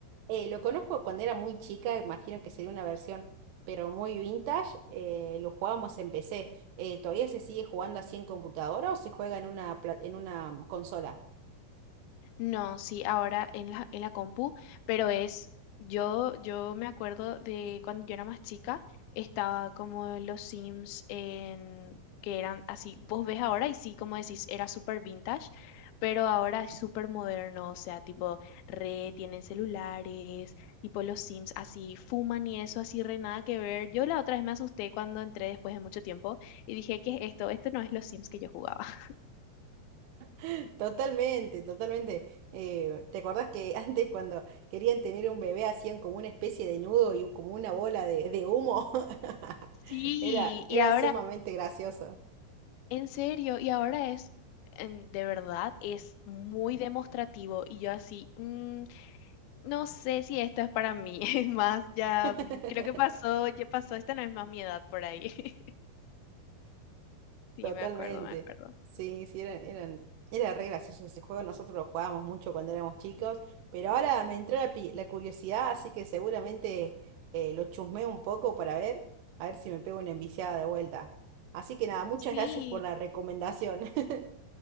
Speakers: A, on the right; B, on the left.
A: Eh, lo conozco cuando era muy chica, imagino que sería una versión, pero muy vintage. eh, lo jugábamos en PC. Eh, ¿todavía se sigue jugando así en computadora o se juega en una, pla- en una consola?
B: No, sí, ahora en la, en la compu, pero es, yo, yo me acuerdo de cuando yo era más chica, estaba como en los Sims en, que eran así, vos ves ahora y sí, como decís, era súper vintage, pero ahora es súper moderno, o sea, tipo, re, tienen celulares, tipo los Sims así, fuman y eso, así, re, nada que ver. Yo la otra vez me asusté cuando entré después de mucho tiempo y dije, ¿qué es esto? Esto no es los Sims que yo jugaba. <laughs>
A: <laughs> Totalmente, totalmente. Eh, ¿te acordás que <laughs> antes cuando querían tener un bebé hacían como una especie de nudo y como una bola de, de humo? <laughs>
B: Sí,
A: Era, era
B: y ahora
A: sumamente gracioso.
B: En serio, y ahora es, en- de verdad, es muy demostrativo y yo así, "Mm, no sé si esto es para mí, <laughs> es más, ya
A: <laughs>
B: mm, creo que pasó, ya pasó, esta no es más mi edad por ahí. <laughs> Sí,
A: Totalmente.
B: me acuerdo, me acuerdo.
A: Sí, sí, eran, eran, era re gracioso ese juego. Nosotros lo jugábamos mucho cuando éramos chicos, pero ahora me entró la, pi- la curiosidad, así que seguramente eh, lo chusmeo un poco para ver, a ver si me pego una enviciada de vuelta. Así que nada, muchas
B: Sí,
A: gracias por la recomendación. <laughs>